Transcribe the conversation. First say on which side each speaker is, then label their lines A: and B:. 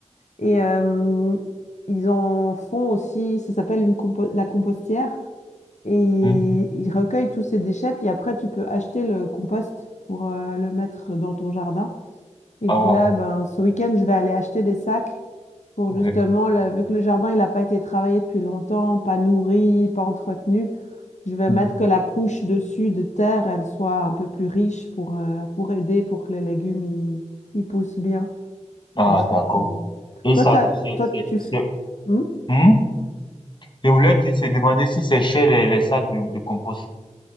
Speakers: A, on the left; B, on the left.
A: Et euh, ils en font aussi, ça s'appelle une compo- la compostière. Et ils,
B: Hmm.
A: ils recueillent tous ces déchets, puis après, tu peux acheter le compost pour euh, le mettre dans ton jardin. Et
B: Ah,
A: puis là, ben, ce week-end, je vais aller acheter des sacs pour
B: ouais.
A: justement, le- vu que le jardin, il n'a pas été travaillé depuis longtemps, pas nourri, pas entretenu, je vais
B: Hmm.
A: mettre que la couche dessus de terre, elle soit un peu plus riche pour, euh, pour aider, pour que les légumes, ils ils poussent bien.
B: Ah,
A: Parce que
B: d'accord. Et
A: toi,
B: ça,
A: t'as-
B: c'est,
A: toi tu...
B: c'est, c'est-
A: f- Hmm
B: Hmm. Je voulais dire, c'est demander si c'est chez les, les sacs de, de compost.